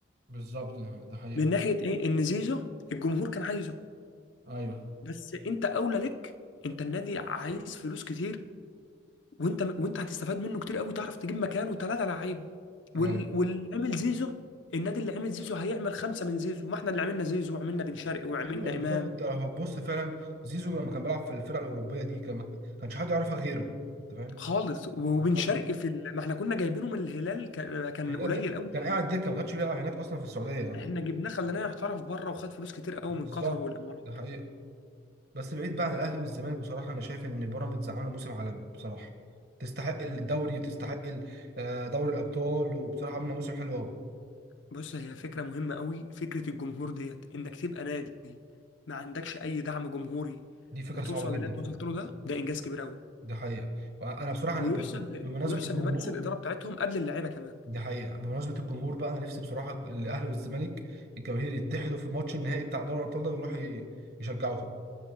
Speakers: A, on the right; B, on the left.
A: بالظبط ده ده حقيقة
B: من ناحيه ايه ان زيزو الجمهور كان عايزه
A: ايوه
B: بس انت اولى لك انت النادي عايز فلوس كتير وانت وانت هتستفاد منه كتير قوي تعرف تجيب مكانه ثلاثه لعيب وال...
A: ايوه
B: واللي عامل زيزو النادي اللي عامل زيزو هيعمل خمسه من زيزو ما احنا اللي عملنا زيزو وعملنا بن شرقي وعملنا
A: ايوه بالظبط
B: امام
A: انت لو هتبص فعلا زيزو لما كان بيلعب في الفرق الاوروبيه دي كان ما كانش حد يعرفها غيره انت فاهم
B: خالص وبن
A: بالظبط
B: شرقي في ال... ما احنا كنا جايبينه من الهلال كان كان
A: يعني ده
B: قليل
A: كان
B: قوي
A: كان
B: يعني
A: قاعد دكه ما كانش بيلعب هناك اصلا في السعوديه يعني
B: احنا جبناه خليناه يحترف بره وخد فلوس كتير قوي
A: بالظبط
B: من قطر والامارات
A: ده حقيقه بس بعيد بقى عن الاهلي والزمالك بصراحه انا شايف ان بيراميدز عامله موسم عالمي بصراحه تستحق الدوري وتستحق ال- آه، دوري الابطال وبصراحه عامله موسم حلو قوي
B: بص هي فكرة مهمة قوي فكرة الجمهور ديت انك تبقى نادي ما عندكش اي دعم جمهوري
A: دي فكره
B: وتوصل
A: صعبه جدا
B: للي انت
A: فعلا
B: وصلت له ده ده انجاز كبير قوي
A: ده حقيقه انا بصراحه
B: ويحسب
A: ب- ب-
B: ل...
A: بمناسبه
B: ويحسب
A: الجمهور
B: لمجلس الاداره بتاعتهم قبل اللعيبه كمان
A: دي حقيقة بمناسبة الجمهور بقى أنا نفسي بصراحة الأهلي والزمالك الجماهير يتحدوا في ماتش النهائي بتاع دوري الأبطال ده ويروحوا ي- يشجعوهم